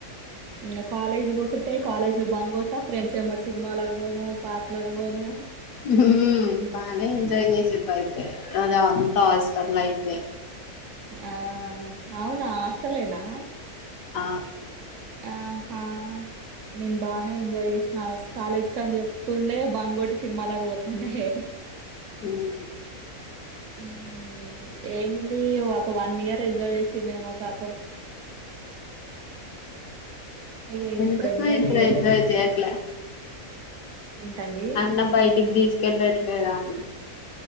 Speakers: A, on the right; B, on the left.
A: ఇంగ కాలేజ్ పోతుట్టే కాలేజ్ బంక్ కొట్ట ఫ్రెండ్స్ ఎమ్మట సినిమాలగు పోను పార్క్లగు పోను
B: మ్మ్ బానే ఎంజాయ్ చేసిండ్రు అయితే కదా తాస్టర్లా అయితే
A: ఆ అవునా ఆస్టలేనా
B: ఆ
A: ఆహా నేను బానే ఎంజాయ్ చేసినా కాలేజ్ క అని చెప్తుండే బంగొట్టి సినిమాలగా పోతుండే
B: మ్మ్
A: మ్మ్ ఏముంది ఒక వన్ ఇయర్ ఎంజాయ్ చేసిందేమో కతం ఇక
B: ఎందుకు
A: ఇప్పుడు ఎంజాయ్
B: ఇబ్బుడు
A: చెయ్యలేం
B: ఎంజాయ్ చేయట్లా
A: ఏంటండి
B: అన్న బయటికి తీసుకెళ్ళట్లేదా అండి